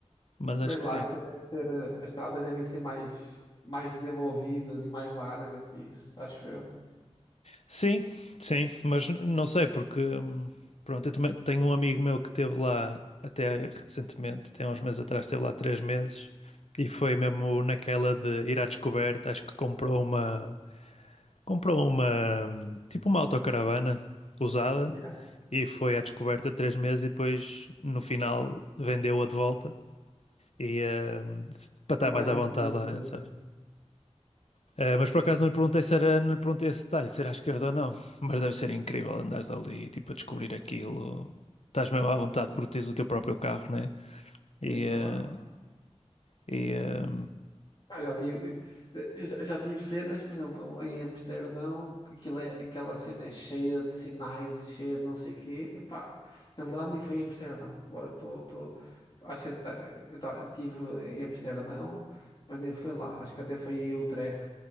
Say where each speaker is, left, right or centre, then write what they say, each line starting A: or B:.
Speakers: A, on the left (about 65°); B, on the left (about 45°).
A: mas
B: Mas
A: acho que
B: lá
A: sim.
B: aquilo deve ter, eh, as estradas devem ser mais, mais desenvolvidas e mais largas, e isso, acho eu.
A: Sim, sim, mas n- não sei porque, hum, pronto, eu também tenho um amigo meu que esteve lá até recentemente, até há uns meses atrás, esteve lá três meses e foi mesmo naquela de ir à descoberta, acho que comprou uma, comprou uma, hum, tipo uma autocaravana usada
B: Yeah.
A: e foi à descoberta três meses e depois no final vendeu-a de volta e hum, s- para estar
B: É o mais
A: mais à
B: inteligente
A: vontade lá
B: a
A: dentro,
B: fazer.
A: eh, mas por acaso não lhe perguntei se era, não lhe perguntei esse detalhe, se era à esquerda ou não. Mas deve ser incrível andares ali, tipo, a descobrir aquilo. Estás mesmo à vontade porque tens o teu próprio carro, né? E,
B: Sim,
A: eh,
B: claro.
A: e eh,
B: Pá, já tive, já já tive cenas, por exemplo, em Amsterdão, que aquilo é, aquela cena é cheia de sinais e cheia de não sei o quê. Epá, na verdade, nem foi em Amsterdão. Agora estou. estou- Acho que ah, eu ta- tive em Amsterdão, mas nem foi lá. Acho que até foi em Utrecht,